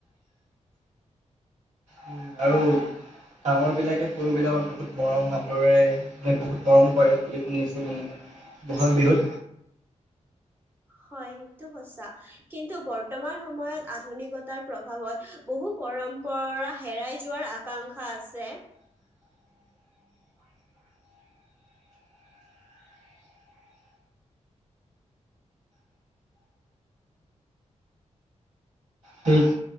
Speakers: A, on the right; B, on the right.
A: উম, আৰু ডাঙৰবিলাকে সৰুবিলাকত বহুত মৰম আদৰেৰে মানে বহুত মৰম কৰে বুলি শুনিছোঁ মানে। ব'হাগ বিহুত।
B: হয় সেইটো সচা। কিন্তু বৰ্তমান সময়ত আধুনিকতাৰ প্ৰভাৱত বহু পৰম্পৰা হেৰাই যোৱাৰ আ কাংক্ষা আছে।
A: সেই